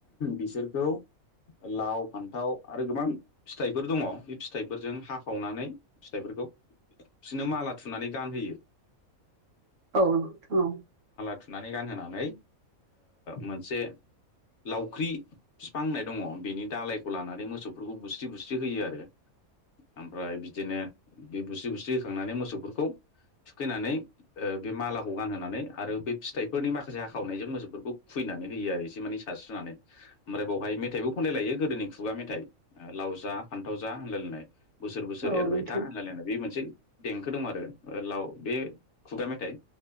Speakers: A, on the left; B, on the right.
A: बिसोरखौ लाव फान्थाव आरो गोबां फिथाइफोर दङ बे फिथाइफोरजों हाखावनानै फिथाइफोरखौ बिसोरनो माला थुनानै गानहोयो।
B: औ औ
A: बुथुनानै गानहोनानै मोनसे लावख्रि बिफां होननाय दङ बेनि दालायखौ लानानै मो सौफोरखौ बुस्रि बुस्रि होयो आरो। ओमफ्राय बिदिनो बे बुस्रि बुस्रि होखांनानै मोसौफोरखौ थुखैनानै ओ बे मालाखौ गानहोनानै आरो बे फिथाइफोरनि माखासे हाखावनायजों मोसौफोरखौ खु नानै होयो आरो एसे माने सारस्रोनानै ओमफ्राय बेवहाय मेथाइबो खनलाय लायो गोदोनि खुगा मेथाइ ओ लाव जा फान्थाव जा होनलायलायनाय बोसोर बोसोर
B: औ
A: एरबाय
B: नोंथां।
A: था होनलायलायनाय बे मोनसे देंखो दं आरो ओ लाव बे खुगा मेथाइ